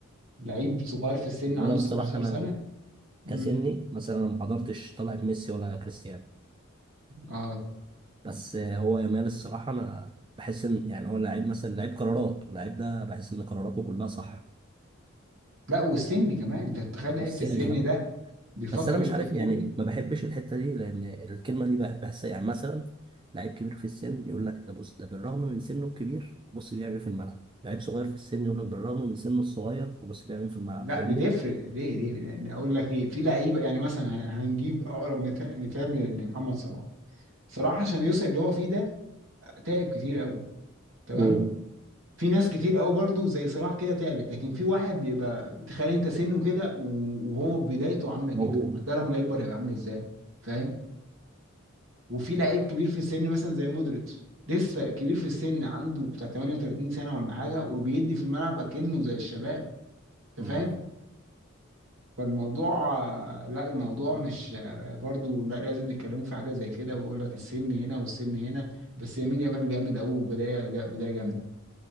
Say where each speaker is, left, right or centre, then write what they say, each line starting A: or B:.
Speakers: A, on the right (about 65°); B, on the right (about 25°).
A: لعيب صغير في السن عنده
B: وانا الصراحه
A: 17
B: انا
A: سنه امم
B: كسني مثلا انا ما حضرتش طلعه ميسي ولا كريستيانو
A: اه
B: بس هو يامال الصراحه انا بحس ان يعني هو لعيب مثلا لعيب قرارات واللعيب ده بحس ان قراراته كلها صح
A: لا والسن كمان انت تخيل لعيب
B: والسن
A: في السن
B: بقى.
A: ده بيفكر
B: بس انا مش
A: التفكير
B: عارف يعني
A: ده
B: ما بحبش
A: مم.
B: الحته دي لان الكلمه دي بح- بحسها يعني مثلا لعيب كبير في السن يقول لك ده بص ده بالرغم من سنه الكبير بص بيعمل إيه في الملعب لعيب صغير في السن يقول لك بالرغم من سنه الصغير وبص بيعمل إيه في الملعب
A: لا
B: فاهمني
A: بتفرق ليه ليه لان اقول لك ايه في لعيبه يعني مثلا هن- هنجيب اقرب مثال مثال ل- لمحمد صلاح صلاح عشان يوصل اللي هو فيه ده تعب كتير قوي تمام.
B: امم
A: في ناس كتير قوي برضو زي صلاح كده تعبت لكن في واحد بيبقى تخيل انت سنه كده و- وهو بدايته عامله كده
B: موهوب
A: ده لما يكبر هيبقى عامل ازاي فاهم وفي لعيب كبير في السن مثلا زي مودريتش لسه كبير في السن عنده بتاع 38 سنه ولا حاجه وبيدي في الملعب اكنه زي الشباب
B: مم.
A: انت فاهم فالموضوع لا الموضوع مش برضو لا لازم نتكلموا في حاجه زي كده ويقول لك السن هنا والسن هنا بس يمين يامال جامد قوي وبدايه بدايه جامده